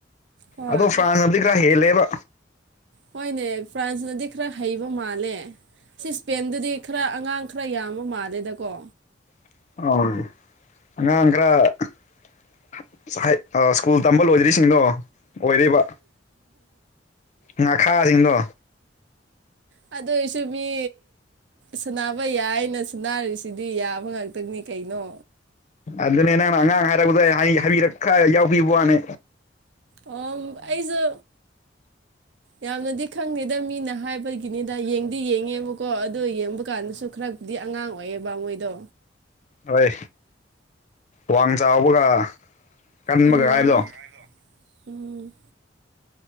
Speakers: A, on the right (about 70°); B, on the left (about 40°).
A: ꯍꯣꯏ
B: ꯑꯗꯣ ꯐ꯭ꯔꯥꯟꯁ ꯅꯗꯤ ꯈꯔ ꯍꯦꯜꯂꯦꯕ
A: ꯍꯣꯏꯅꯦ ꯐ꯭ꯔꯥꯟꯁꯅꯗꯤ ꯈꯔ ꯍꯩꯕ ꯃꯥꯜꯂꯦ ꯁꯤ ꯏꯁꯄꯦꯟꯗꯨꯗꯤ ꯈꯔ ꯑꯉꯥꯡ ꯈꯔ ꯌꯥꯝꯕ ꯃꯥꯜꯂꯦꯗꯀꯣ
B: ꯑ ꯑꯉꯥꯡ ꯈꯔ ꯁ꯭ꯀꯨꯜ ꯇꯝꯕ ꯂꯣꯏꯗ꯭ꯔꯤꯁꯤꯡꯗꯣ ꯑꯣꯏꯔꯤꯕ ꯉꯥꯈꯥꯁꯤꯡꯗꯣ
A: <inaudible> ꯑꯗꯣꯏꯁꯨ ꯃꯤ ꯁꯅꯕ ꯌꯥꯏꯅ ꯁꯅꯥꯔꯤꯁꯤꯗꯤ ꯌꯥꯕ ꯉꯥꯛꯇꯅꯤ ꯀꯩꯅꯣ
B: ꯑꯗꯨꯅꯦ ꯅꯪꯅ ꯑꯉꯥꯡ ꯍꯥꯏꯔꯛꯄꯗ ꯍꯥꯏꯕꯤꯔꯛꯈ ꯌꯥꯎꯕꯤꯕ ꯋꯥꯅꯦ
A: ꯑꯣ ꯑꯩꯖꯨ ꯌꯥꯝꯅꯗꯤ ꯈꯪꯗꯦꯗ ꯃꯤꯅ ꯍꯥꯏꯕꯒꯤꯅꯤꯗ ꯌꯦꯡꯗꯤ ꯌꯦꯡꯉꯦꯕꯀꯣ ꯑꯗꯨꯣ ꯌꯦꯡꯕ ꯀꯥꯟꯗꯁꯨ ꯈꯔ ꯗꯤ ꯑꯉꯥꯡ ꯑꯣꯏꯌꯦ ꯕ ꯃꯣꯏꯗꯣ
B: ꯍꯣꯏ ꯋꯥꯡ ꯆꯥꯎꯕꯒ ꯀꯟꯕꯒ
A: ꯎꯝ
B: ꯍꯥꯏꯕꯗꯣ
A: ꯎꯝ